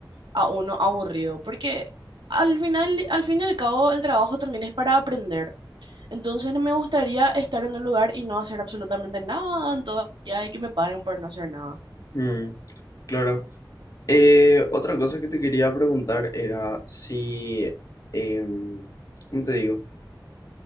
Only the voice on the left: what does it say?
Mm, claro. Eh, otra cosa que te quería preguntar era si, em, ¿cómo te digo?